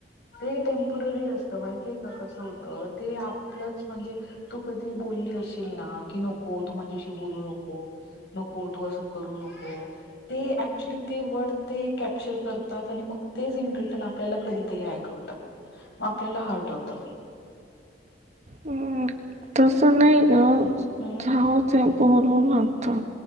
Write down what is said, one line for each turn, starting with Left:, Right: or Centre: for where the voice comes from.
Left: ते टेम्पवरी असतं माहिती का? कसं होतं ते आपलंच म्हणजे- तू कधी बोलली अशीलना की नको तू माझ्याशी बोलू नको. नको तू असं करू नको. ते ऍक्च्युली ते वर्ड ते कॅप्चर करतात आणि मग तेच इन रिटर्न आपल्याला कधी- ते ऐकवतात. मग आपल्याला हर्ट होत.
Right: हम् तस नाही ग
Left: हम्म
Right: जाऊ दे नको बोलून आता.